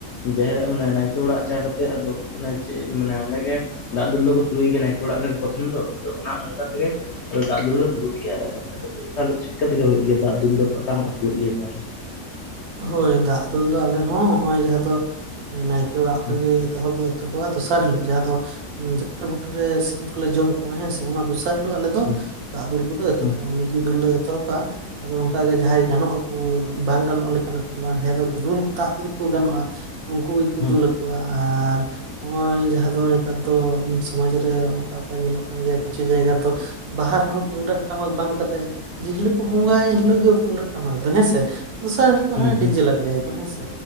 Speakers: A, on the left; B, on the right.
A: ᱡᱟᱦᱮᱨ ᱢᱟᱱᱮ ᱱᱟᱭᱮ ᱱᱟᱭᱠᱮ ᱚᱲᱟᱜ ᱪᱟᱨ ᱠᱟᱛᱮᱜ ᱟᱫᱚ ᱢᱟᱱᱮ ᱪᱮᱜ ᱢᱮᱱ ᱟ ᱚᱸᱰᱮ ᱜᱮ ᱫᱟᱜ ᱫᱩᱞ ᱫᱚᱠᱚ ᱥᱩᱨᱩᱭ ᱜᱮᱭᱟ ᱱᱟᱭᱠᱮ ᱚᱲᱟᱜ ᱨᱮ ᱯᱚᱛᱷᱚᱢ ᱫᱚ ᱚᱱᱟ ᱚᱱᱠᱟ ᱛᱮᱜᱮ ᱟᱫᱚ ᱫᱟᱜ ᱫᱩᱞ ᱞᱮ ᱥᱩᱨᱩᱜ ᱜᱮᱭᱟᱞᱮ ᱛᱟᱦ ᱞᱮ ᱪᱤᱠᱟᱹ ᱛᱮᱜᱮ ᱦᱩᱭᱩᱜ ᱜᱮᱭᱟ ᱫᱟᱜ ᱫᱩᱞ ᱞᱮ ᱯᱟᱠᱟ ᱦᱚᱸ ᱥᱩᱨᱩᱜ ᱜᱮᱭᱟ ᱛᱟᱦᱞᱮ <unintelligible>
B: ᱦᱳᱭ ᱫᱟᱜ ᱫᱩᱞ ᱫᱚ ᱟᱞᱮ ᱦᱚᱸ ᱦᱚᱜ ᱚᱭ ᱡᱟᱦᱟᱸ ᱫᱚ ᱱᱟᱭᱠᱮ ᱚᱲᱟᱜ ᱠᱷᱚᱱ
A: ᱦᱩᱸ
B: ᱜᱮ ᱮᱛᱚᱦᱚᱵ ᱫᱚ ᱫᱚᱥᱟᱨ ᱦᱤᱞᱳᱜ ᱡᱟᱦᱟᱸ ᱫᱚ ᱡᱟᱦᱮᱨ ᱵᱩᱴᱟᱹ ᱨᱮ ᱥᱤᱢ ᱠᱚᱞᱮ ᱡᱚᱢ ᱠᱚᱣᱟ ᱦᱮᱸ ᱥᱮ ᱚᱱᱟ ᱫᱚᱥᱟᱨ ᱫᱚᱥᱟᱨ ᱦᱤᱞᱳ ᱟᱞᱮ ᱫᱚ
A: ᱦᱩᱸ
B: ᱫᱟᱜ ᱫᱩᱞ ᱠᱚᱫᱚ ᱮᱛᱚᱦᱚᱵ
A: ᱦᱩᱸ
B: ᱟᱞᱮ ᱮᱛᱚᱦᱚᱯ ᱟ ᱟᱫᱚ ᱚᱱᱠᱟᱜ ᱜᱮ ᱡᱟᱦᱟᱸᱭ ᱜᱟᱱᱚᱜ ᱟᱠᱚ ᱵᱟᱝ ᱜᱟᱱᱚᱜ <unintelligible> ᱩᱱᱠᱩ ᱫᱚ ᱵᱟᱝ ᱦᱮᱸ ᱫᱩᱞ ᱫᱟᱜ ᱫᱩᱞ ᱠᱚ ᱜᱟᱱᱚᱜᱼᱟ ᱩᱱᱠᱩ ᱜᱮᱠᱚ
A: ᱦᱩᱸ
B: ᱫᱩᱩᱞ ᱟᱚᱣᱟ ᱟᱨ ᱱᱚᱜᱼᱚᱭ ᱡᱟᱦᱟᱸ ᱫᱚ ᱱᱮᱛᱟᱨ ᱫᱚ ᱢᱤᱫ ᱥᱚᱢᱟᱡᱽ ᱨᱮ ᱚᱠᱟ ᱚᱠᱟ ᱧᱮᱞᱚᱜ ᱠᱟᱱ ᱜᱮᱭᱟ ᱠᱤᱪᱷᱩ ᱡᱟᱭᱜᱟ ᱨᱮᱫᱚ ᱵᱟᱦᱟ ᱨᱮᱦᱚᱸ ᱛᱩᱢᱫᱟᱜ ᱴᱟᱢᱟᱠ ᱵᱟᱝ ᱠᱛᱮᱜ ᱡᱮᱦᱤᱞᱳᱜ ᱠᱚ ᱵᱚᱸᱜᱟᱭᱟ ᱮᱱ ᱦᱤᱞᱳᱜ ᱜᱮ ᱛᱩᱢᱫᱟᱜ ᱴᱟᱢᱟᱠ ᱫᱚ ᱦᱮᱸᱥᱮ ᱫᱚᱥᱟᱨ ᱦᱤᱞᱚᱜ
A: ᱦᱩᱸ
B: ᱦᱟᱱᱮ
A: ᱦᱩᱸ
B: ᱰᱤᱡᱮ ᱞᱟᱸᱜᱽᱲᱮ ᱭᱟᱠᱚ ᱦᱮᱸ ᱥᱮ